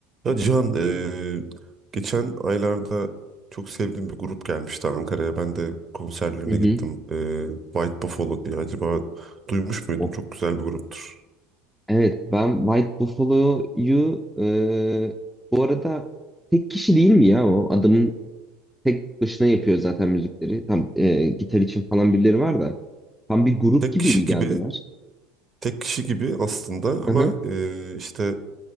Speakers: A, on the right (about 30°); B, in the centre.
A: Ya Cihan, eee, geçen aylarda çok sevdiğim bir grup gelmişti Ankara'ya. Ben de konserlerine
B: Hı hı.
A: gittim. Eee, White Buffalo diye. Acaba duymuş muydun?
B: Oh.
A: Çok güzel bir gruptur.
B: Evet ben White Buffalo'yu e, bu arada tek kişi değil mi ya o? Adamın tek başına yapıyor zaten müzikleri. Tam e, gitar için falan birileri var da. Tam bir grup
A: Tek
B: gibi
A: kişi
B: mi
A: gibi,
B: geldiler?
A: tek kişi gibi aslında ama
B: Hı hı.
A: eee, işte